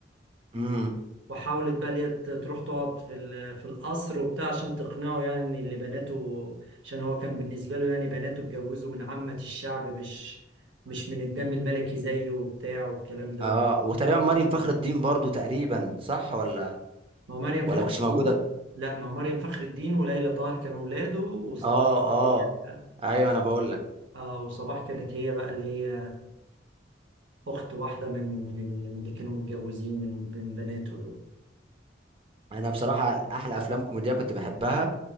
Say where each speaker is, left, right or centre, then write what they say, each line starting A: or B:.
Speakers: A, on the right; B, on the right.
A: امم
B: وحاولت بقى اللي هي ت- تروح تقعد في ال- في القصر وبتاع عشان تقنعه يعني ان اللي بناته عشان هو كان بالنسبه له يعني بناته اتجوزوا من عامه الشعب مش مش من الدم الملكي زيه وبتاع والكلام ده
A: اه وتقريبا مريم فخر الدين برضو تقريبا صح ولا
B: ما هو مريم
A: ولا
B: فخر
A: ما كانتش
B: الدين
A: موجوده
B: لا ما هو مريم فخر الدين وليلى طاهر كانوا ولاده وصباح
A: اه
B: هي-
A: اه ايوه انا بقول لك
B: اه وصباح كانت هي بقى اللي هي اخت واحده من من ال- من اللي كانوا متجوزين من من بناته دول
A: انا بصراحه احلى افلام كوميديه كنت بحبها